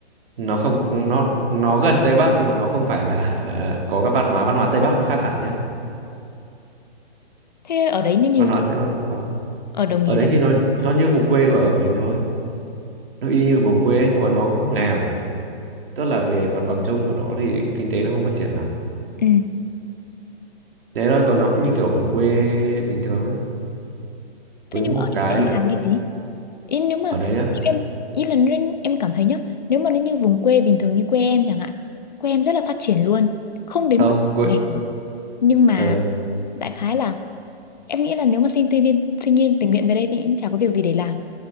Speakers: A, on the right; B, on the left.
A: nó không nó nó gần Tây Bắc nhưng mà nó không phải là <laughs> có các văn hóa văn hóa Tây Bắc nó khác hẳn nhá
B: Thế ở đấy nó như
A: văn
B: thế
A: hóa
B: nào?
A: Tây Bắc nó khó
B: Ở Đồng Hỷ
A: ở đấy
B: Thành.
A: thì nó nó
B: à?
A: như vùng quê của mình thôi nó y như vùng quê ấy, nhưng mà nó nghèo tức là về mặt bằng chung của nó thì kinh tế nó không phát triển lắm
B: Ừ.
A: đấy thôi còn nó cũng như kiểu vùng quê bình thường á với
B: Thế nhưng
A: một
B: mà ở đấy
A: cái
B: thì anh
A: là
B: làm cái gì? ý nếu mà
A: ở đấy á
B: em ý là nên em cảm thấy nhá nếu mà nó như vùng quê bình thường như quê em chẳng hạn quê em rất là phát triển luôn không đến
A: không
B: mức
A: quê
B: nghèo nhưng mà
A: ờ
B: đại khái là em nghĩ là nếu mà sinh viên viên- sinh viên tình nguyện về đây thì cũng chả có việc gì để làm